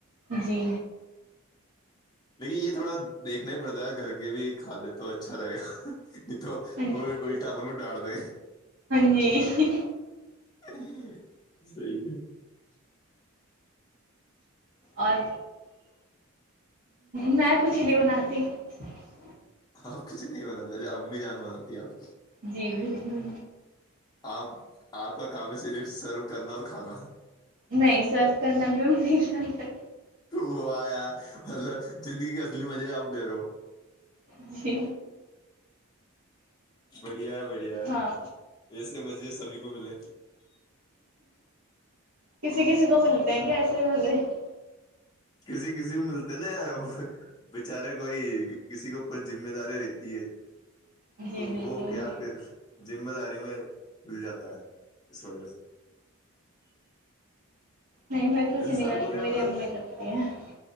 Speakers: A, on the right; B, on the left.
A: جی
B: لیکن یہ تھوڑا دیکھنا ہی پڑتا ہے گھر کے بھی کھا لے تو اچا اچھا رہے گا <unintelligible> نہیں تو
A: ہاں
B: اللٹا پر کو ڈال دے
A: جی
B: <unintelligible> صحی ہے
A: اور میں کچھ نہیں بناتا <inaudible> ی <unintelligible>
B: آپ کچھ نہیں بانا چاہے آپ <unintelligible> امی جان بناتی ہے آپ کی
A: جی بالکل
B: آپ <unintelligible> آپ کا کام ہے صرف سرو کرنا اور کھانا
A: نہیں سرو کرنا بھی ہم نہیں <inaudible>
B: وہ آیا مطلب زندگی کی اصلی مزے ہے آپ دے رہو ہو <unintelligible>
A: ج
B: بڑھیا ہے بڑھیا ہے
A: ہاں
B: ایسے مزے سبھی کو ملے
A: کسی کسی کو ملتے ہیں کیا ایسے مزے <inaudible>
B: کسی کسی کو ملتے نا یار بچارے کوئی کسی کے اوپر ذمہ داری رہتی ہے
A: جی
B: تو
A: بالکل
B: وہ کیا پھر <inaudible> ذمہ داری میں گل جاتا ہے اس وجہ سے
A: نہیں میں کچھ
B: انسان
A: نہیں کرتی
B: کو کیا
A: میری
B: مطلب
A: امی کرتی ہیں